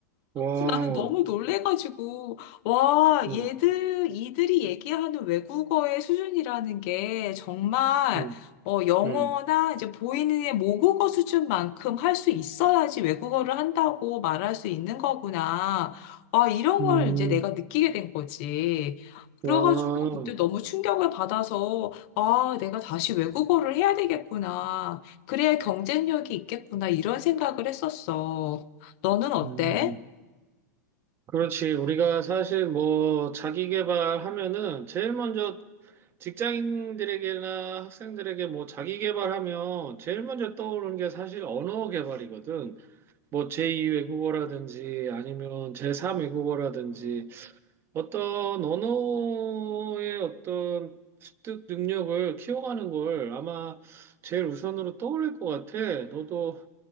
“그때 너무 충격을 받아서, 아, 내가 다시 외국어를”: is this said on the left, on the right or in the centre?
Left